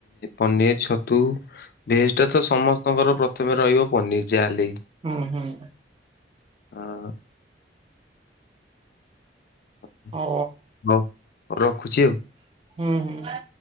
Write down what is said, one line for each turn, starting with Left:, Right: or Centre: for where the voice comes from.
Left: ପନିର ଛତୁ ଭେଜ ଟା ତ ସମସ୍ତ ଆପଣଙ୍କର ପ୍ରଥମେ ରହିବ ପନିର ଜାଲି
Right: ହୁଁ ହୁଁ।
Left: ହଁ। ହ
Right: ଓ।
Left: ହଉ ରଖୁଛି ଆଉ।
Right: ହୁଁ ହୁଁ।